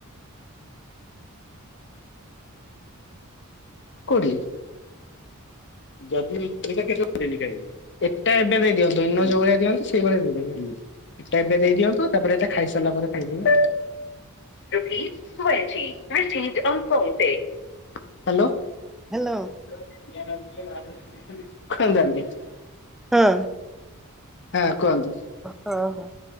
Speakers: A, on the left; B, in the centre.
A: କୋଉଠି? ଯଦି ଏଇଟା କେତେବେଳେ ଦିନରେ ଖାଇବି? ଏଟା ଏବେ ଦେଇ ଦିଅନ୍ତୁ ଇନ ଯୋଉ ଭଳିଆ ଦିଅନ୍ତୁ ସେଇଭଳିଆ ଦେଇ ଦେବେ। ଏଟେ ଏବେ ଦେଇ ଦିଅନ୍ତୁ ତାପରେ ଏତେ ଖାଇ ସାରିଲା ପରେ ଖାଇ ଦେବେ ଆଉ। ହ୍ୟାଲୋ। <unintelligible>
B: ହ୍ୟାଲୋ ହଁ।
A: ହଁ କୁହନ୍ତୁ।
B: ହଁ ହଁ